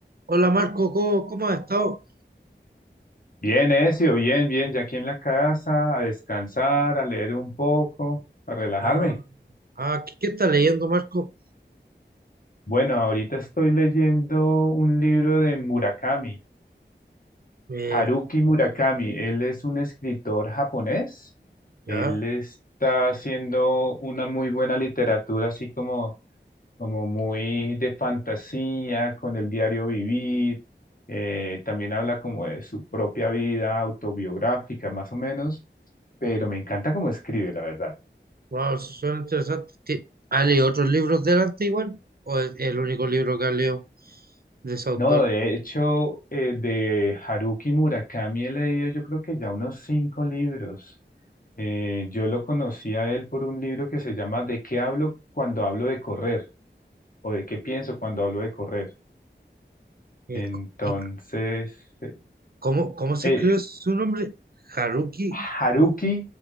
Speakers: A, on the right (about 55°); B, on the left (about 50°).
A: Hola Marco, ¿cómo, cómo has estado?
B: Bien, Ezio, bien, bien, ya aquí en la casa, a descansar, a leer un poco, a relajarme.
A: Ah, ah, ¿qué, qué estás leyendo, Marco?
B: Bueno, ahorita estoy leyendo un libro de Murakami,
A: Eh,
B: Haruki Murakami. Él es un escritor japonés.
A: ya,
B: Él está haciendo una muy buena literatura, así como, como muy de fantasía, con el diario vivir. Eh, también habla como de su propia vida autobiográfica, más o menos, pero me encanta cómo escribe, la verdad.
A: wow, eso suena interesante. Ti- ¿Has leído otros libros delante igual? ¿O es el único libro que has leído de ese autor?
B: No, de hecho, eh, de Haruki Murakami he leído yo creo que ya unos cinco libros. Eh, yo lo conocí a él por un libro que se llama ¿De qué hablo cuando hablo de correr? o ¿De qué pienso cuando hablo de correr?
A: Eh,
B: Entonces,
A: c- ¿y
B: eh,
A: cómo, cómo se
B: eh,
A: escribe su nombre? Haruki
B: Haruki
A: Mu-